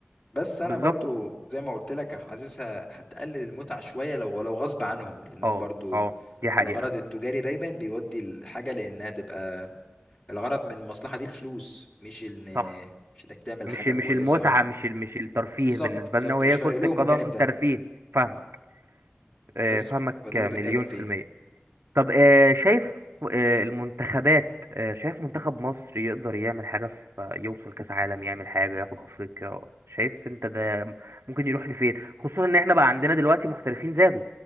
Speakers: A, on the left (about 35°); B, on the right (about 85°).
A: بس انا
B: بالظبط
A: برضو زي ما قلت لك حاسسها هتقلل المتعه شويه لو لو غصب عنهم لانهم
B: اه
A: برضو
B: اه دي حقيقة
A: الغرض التجاري دايما بيودي الحاجه لانها تبقى الغرض من المصلحه دي الفلوس مش ان
B: صح
A: مش انك تعمل
B: مش
A: حاجه
B: مش
A: كويسه
B: المتعة
A: اه
B: مش ال- مش الترفيه
A: بالظبط
B: بالنسبة
A: بالظبط
B: لنا وهي
A: مش فارق
B: كرة
A: لهم
B: القدم
A: الجانب ده
B: ترفيه فاهمك آه،
A: بس
B: فاهمك
A: فده
B: مليون
A: اللي بتكلم فيه
B: في المية طب آه، شايف آه، المنتخبات آه، شايف منتخب مصر يقدر يعمل حاجة في يوصل كأس عالم يعمل حاجة ياخد أفريقيا شايف انت ده ممكن يروح لفين خصوصا ان احنا بقى عندنا دلوقتي محترفين زادوا